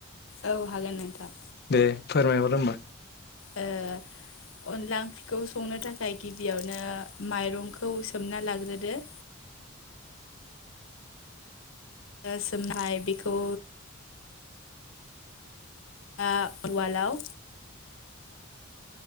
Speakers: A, on the left (about 80°); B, on the left (about 50°).
A: औ हागोन नोंथां।
B: दे फोरमायहर होमबा।
A: ओ अनला ओंख्रिखौ संनो थाखाय गिबियावनो माइरं खौ सोमना लाग्रोदो। ओ सोमनाय बिखौ। ओ उवालाव